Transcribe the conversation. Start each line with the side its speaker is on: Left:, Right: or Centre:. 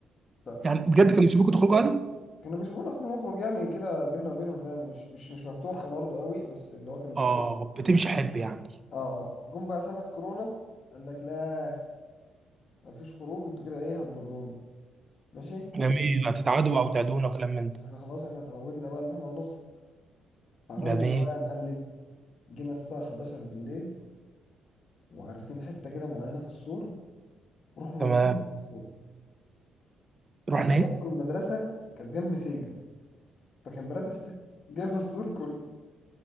Left: ف ف-
Right: يعني بجد كانوا يسيبوكوا تخرجوا عادي
Left: كانوا بيسيبونا نخرج نخرج يعني كده بينا وبينهم يعني مش مش مش مفتوحة برضو قوي بس اللي هو كانوا بيسيبونا
Right: اه بتمشي حب يعني
Left: اه آه. جم بقى سنة كورونا قال لك لا مفيش خروج انتوا كده ايه هتضرونا ماشي
Right: جميل هتتعادوا او تعدونا وكلام من
Left: بس
Right: ده
Left: احنا خلاص احنا اتعودنا بقى ان احنا نخرج فعملنا
Right: جميل
Left: ايه بقى يا معلم جينا الساعة 11 بالليل وعارفين حتة كده معينة في السور ورحنا
Right: تمام
Left: نطينا من السور
Right: رحنا
Left: احنا
Right: ايه
Left: اصلا المدرسة كانت جنب سجن فكان مرات السجن جايبه السور كله